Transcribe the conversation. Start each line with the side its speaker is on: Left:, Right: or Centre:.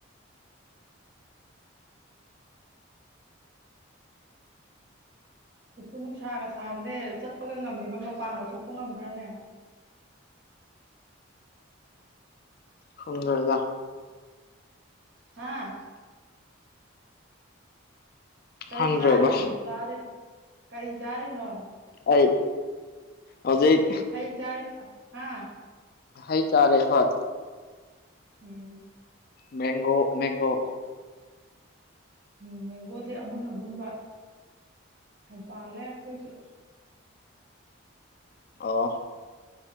Right: ꯍꯧꯖꯤꯛꯄꯨ ꯅꯨꯡꯁꯥꯒ ꯁꯥꯕꯅꯦ ꯆꯠꯄꯒ ꯉꯝꯃꯤꯕ ꯃꯄꯥꯡꯒ ꯊꯣꯛꯄ ꯉꯝꯕ꯭ꯔꯅꯦ
Left: ꯀꯪꯗ꯭ꯔꯦꯗ
Right: ꯍꯥꯥ ꯀꯩ
Left: ꯈꯪꯗ꯭ꯔꯦꯕ
Right: ꯆꯥꯔꯤꯅꯣ ꯆꯥꯔꯤ ꯀꯔꯤ ꯆꯥꯔꯤꯅꯣ
Left: ꯑꯩ ꯍꯧꯖꯤꯛ
Right: ꯍꯩ ꯆꯔꯤꯕ ꯍꯥ
Left: ꯍꯩ ꯆꯥꯔꯦ ꯍꯣꯢ
Right: ꯎꯝ
Left: ꯃꯦꯟꯒꯣ ꯃꯦꯟꯒꯣ
Right: ꯎꯝ ꯃꯦꯡꯒꯣꯗꯤ ꯑꯃꯨꯟ ꯑꯃꯨꯟꯕ ꯌꯥꯝ ꯄꯥꯜꯂꯦ ꯑꯈꯣꯏꯁꯨ
Left: ꯑꯣ